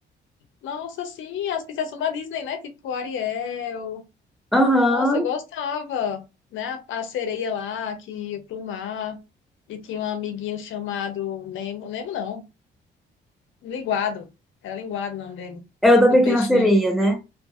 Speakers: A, on the left (about 75°); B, in the centre.
A: Nossa, sim, as princesas da Disney, né? Tipo Ariel.
B: Aham,
A: Nossa, eu gostava, né? A sereia lá que ia pro mar e tinha um amiguinho chamado Nemo, Nemo não, Linguado. Era Linguado o nome dele,
B: é o da
A: do
B: Pequena
A: peixinho,
B: Sereia, né?